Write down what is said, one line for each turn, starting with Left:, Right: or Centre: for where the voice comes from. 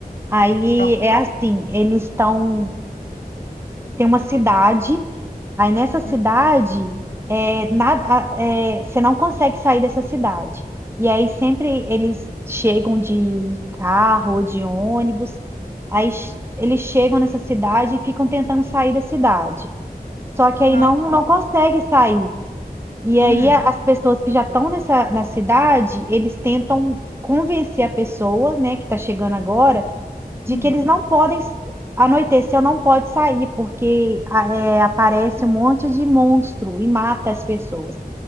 Right: Aí
Left: Pronto.
Right: é assim, eles estão. tem uma cidade, aí nessa cidade
Left: Hum,
Right: é, nada- a- é, você não consegue sair dessa cidade. E aí sempre eles chegam de carro ou de ônibus, aí ch- eles chegam nessa cidade e ficam tentando sair da cidade. Só que aí
Left: Não.
Right: não, não consegue sair. E aí
Left: Hum,
Right: a- as pessoas que já estão nessa na cidade, eles tentam convencer a pessoa, né, que está chegando agora de
Left: hum,
Right: que eles não podem, anoiteceu, não pode sair, porque a- é, aparece um monte de monstro e mata as pessoas.